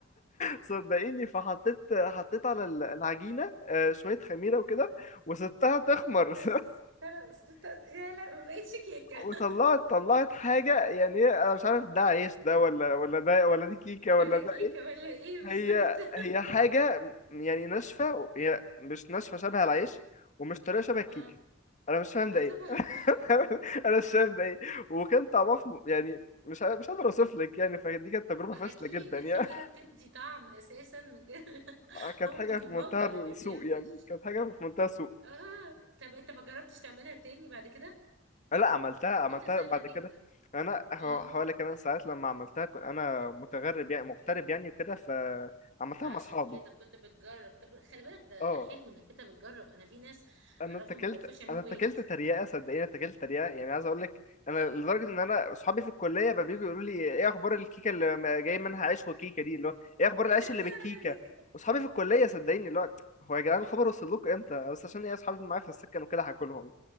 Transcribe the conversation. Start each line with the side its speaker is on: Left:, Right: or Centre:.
Left: صدقيني فحطيت حطيت على ال- العجينه آه، شويه خميره وكده وسبتها تخمر
Right: <laughs>
Left: <laughs>
Right: بس انا أصل أنت- يا لا ما بقتش كيكه
Left: وطلعت
Right: <laughs>
Left: طلعت حاجه يعني هي- انا مش عارف ده عيش ده ولا ولا ده ولا دي كيكه
Right: ولا
Left: ولا ده
Right: كيكه
Left: ايه
Right: ولا ايه بالظبط
Left: هي
Right: <laughs>
Left: هي حاجه يعني ناشفه هي مش ناشفه شبه العيش ومش طريه شبه الكيكه
Right: اه
Left: انا مش فاهم
Right: اه
Left: ده
Right: طبعا
Left: ايه <laughs> انا مش فاهم ده ايه وكان طعمها في م- يعني مش ع- مش قادر اوصف لك يعني فدي كانت تجربه
Right: ما
Left: فاشله
Right: اكيد
Left: جدا
Right: الخميره
Left: يعني
Right: بتدي طعم اساسا <laughs>
Left: <laughs> كانت
Right: هو
Left: حاجه
Right: البيكنج
Left: في منتهى
Right: باودر
Left: السوء
Right: اللي بينفش
Left: يعني كانت حاجه في منتهى السوء
Right: اه طب انت ما جربتش تعملها تاني بعد كده
Left: لا عملتها
Right: الكيكه
Left: عملتها
Right: سهله
Left: بعد
Right: جدا
Left: كده انا هو-
Right: اه
Left: هقول لك انا ساعات لما عملتها ك- انا متغرب يعني مغترب يعني وكده فعملتها
Right: فعشان
Left: مع اصحابي
Right: كده كنت بتجرب طب خلي بالك ده
Left: اه
Right: حلو انك انت بتجرب انا في ناس
Left: انا
Right: اعرفهم
Left: اتكلت
Right: ما بيعرفوش يعملوا
Left: انا اتكلت
Right: بيض
Left: تريقه صدقيني اتكلت تريقه يعني عايز اقول لك انا لدرجه ان انا اصحابي في الكليه بقى بييجوا يقولوا لي ايه اخبار الكيكه اللي ما- جاي منها عيش وكيكه دي اللي هو ايه اخبار العيش
Right: <laughs> يعني
Left: اللي بالكيكه واصحابي في الكليه صدقيني اللي هو هو يا جدعان الخبر وصل لكم امتى بس عشان ايه اصحابي معايا في السكن وكده هاكلهم